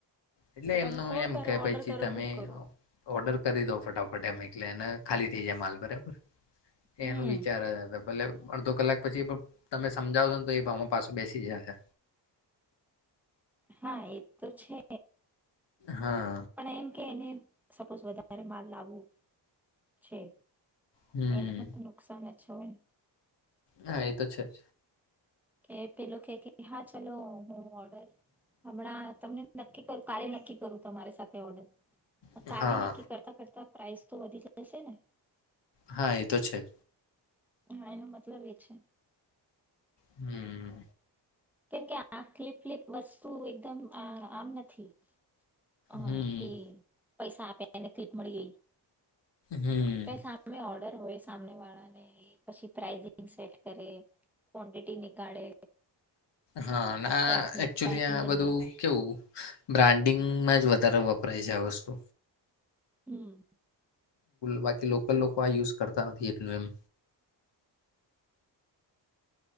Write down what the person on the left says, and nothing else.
એટલે
એમનું
એમ
કે પછી
તમે
ઓર્ડર કરી દો ફટાફટ અમે એટલે એ ખાલી થઈ જાય માલ બરાબર
એનું વિચાર જ હતા ભલે અડધો કલાક પછી પણ તમે સમજાવો છો ને તો એ પાછો બેસી જયાશે
હા
હમ
હા એ તો છે જ
જ
હા
હા એ તો છે જ
હમ
હમ
હમ
હા ને આ
એકચયુલી
આ બધું કેવું બ્રાન્ડિંગ વધારે વપરાય છે આ વસ્તુ
બાકી લોકલ લોકો આ યુઝ કરતા નથી એટલું એમ